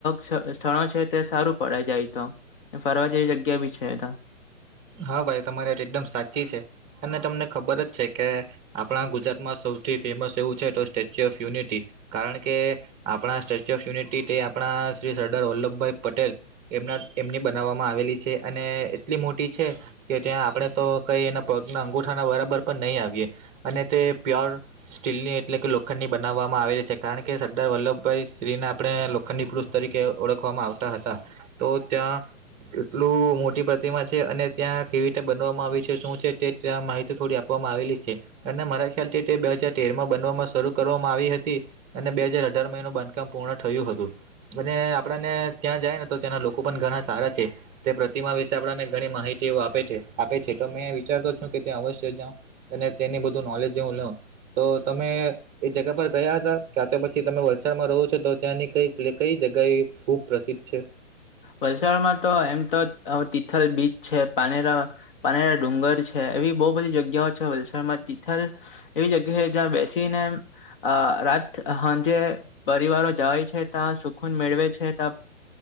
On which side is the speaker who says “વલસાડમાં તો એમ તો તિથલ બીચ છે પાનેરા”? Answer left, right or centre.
Left